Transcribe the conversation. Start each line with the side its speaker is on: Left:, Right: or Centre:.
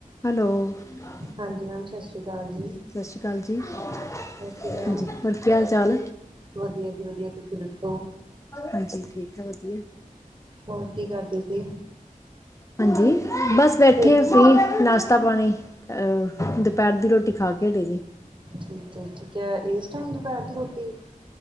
Left: Hello ਹਾਂ
Right: ਹਾਂਜੀ ma'am ਸਤਿ ਸ਼੍ਰੀ ਅਕਾਲ ਜੀ
Left: ਸਤਿ ਸ਼੍ਰੀ ਅਕਾਲ ਜੀ
Right: ਹੋਰ ਕਿਵੇਂ
Left: ਹਾਂਜੀ
Right: ਹੋ,
Left: ਹੋਰ ਕੀ ਹਾਲ ਚਾਲ
Right: ਵਧੀਆ ਜੀ ਵਧੀਆ, ਤੁਸੀਂ ਦੱਸੋ
Left: ਹਾਂਜੀ ਠੀਕ ਹੈ ਵਧੀਆ
Right: ਹੋਰ ਕੀ ਕਰਦੀ ਸੀ
Left: ਹਾਂਜੀ ਬਸ ਬੈਠੇ
Right: ਹੋਰ
Left: ਆਂ
Right: ਕੀ ਕਰ
Left: ਫ੍ਰੀ, ਨਾਸ਼ਤਾ ਪਾਣੀ ਦੁਪੈਰ ਦੀ ਰੋਟੀ ਖਾ ਕੇ ਹਟੇ ਜੀ
Right: ਠੀਕ ਜੀ ਠੀਕ ਹੈ ਇਸ ਟਾਈਮ ਦੁਪਹਿਰ ਦੀ ਰੋਟੀ